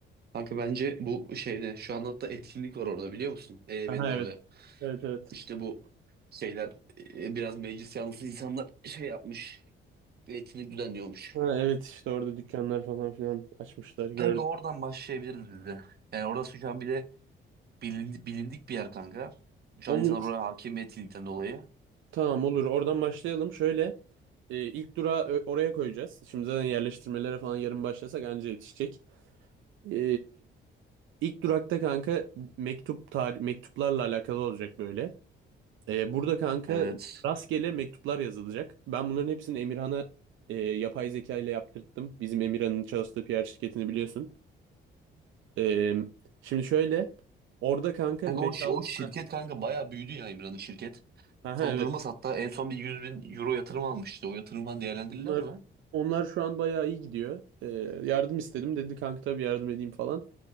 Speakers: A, on the right (about 55°); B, on the right (about 80°).
A: Kanka bence bu şeyde şu an hatta etkinlik var orada biliyor musun? EYB'nin
B: Aha,
A: orada.
B: evet. Evet evet.
A: İşte bu şeyler e, biraz meclis yanlısı insanlar şey yapmış. Bir etkinlik düzenliyormuş.
B: Ha, evet işte orada dükkanlar falan filan açmışlar gördüm.
A: Kanka oradan başlayabiliriz biz de. Yani orası şu an bir de bilin- bilindik bir yer kanka. Şu
B: Olur.
A: an insanlar oraya hakim etkinlikten dolayı.
B: Tamam olur. Oradan başlayalım. Şöyle e, ilk durağı ö- oraya koyacağız. Şimdi zaten yerleştirmelere falan yarın başlasak anca yetişecek. E, ilk durakta kanka mektup tarih mektuplarla alakalı olacak böyle. Ee, burada kanka
A: Evet.
B: rastgele mektuplar yazılacak. Ben bunların hepsini Emirhan'a e, yapay zeka ile yaptırttım. Bizim Emirhan'ın çalıştığı PR şirketini biliyorsun. Ee, şimdi şöyle orada kanka
A: Kanka
B: 5-6
A: o, şi- o şirket kanka bayağı büyüdü ya İmran'ın şirket.
B: ha
A: Son
B: evet
A: durumu hatta en son bir yüz bin euro yatırım almıştı. O yatırımdan değerlendirirler
B: bunlar
A: mi?
B: onlar şu an bayağı iyi gidiyor. Ee, yardım istedim dedi kanka tabii yardım edeyim falan.